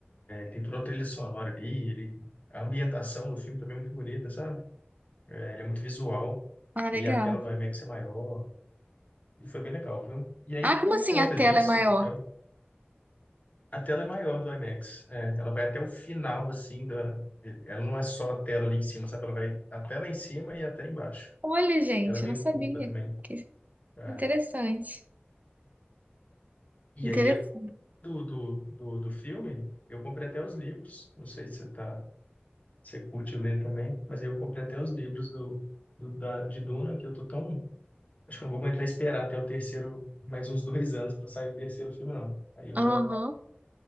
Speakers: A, on the left (about 40°); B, on the right (about 40°).
A: Tem toda a trilha sonora ali, ele... a ambientação do filme também é muito bonita, sabe? É, ele é muito visual,
B: Ah, legal.
A: e a tela do IMAX é maior, e foi bem legal, viu? E aí,
B: Ah,
A: por
B: como assim
A: conta
B: a tela
A: disso,
B: é maior?
A: eu- a tela é maior do IMAX. É, ela vai até o final, assim, da... ela não é só a tela ali em cima, sabe? Ela vai até lá em cima e até embaixo.
B: Olha, gente,
A: E ela é meio
B: eu não sabia.
A: curva também.
B: Que
A: É.
B: interessante.
A: E
B: Interessante.
A: aí, eu- do, do, do, do filme, eu comprei até os livros, não sei se você tá... se Você curte ler também, mas aí eu comprei até os livros do, do, da, de Duna, que eu tô tão Acho que eu não vou aguentar esperar até o terceiro, mais uns dois anos para sair o terceiro filme, não. Aí eu
B: Aham.
A: já.